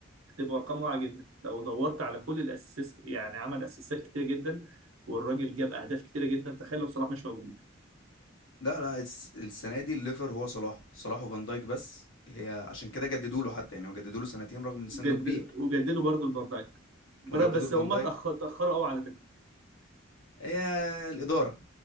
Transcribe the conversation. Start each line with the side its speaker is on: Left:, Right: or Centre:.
Right: تبقى ارقام واعيه جدا لو دورت على كل الاسيست يعني عمل اسيستات كتيره جدا والراجل جاب اهداف كتيره جدا تخيل لو صلاح مش موجود
Left: لا لا الس- السنة دي الليفر هو صلاح صلاح وفان دايك بس هي عشان كده جددوا له حتى يعني هو جددوا له سنتين رغم ان سنه
Right: وجد...
Left: كبير
Right: وجددوا برضه لفان دايك بر-
Left: وجددوا
Right: بس
Left: لفان
Right: هما
Left: دايك
Right: اتأخر... اتاخروا قوي على فكره
Left: هي الإدارة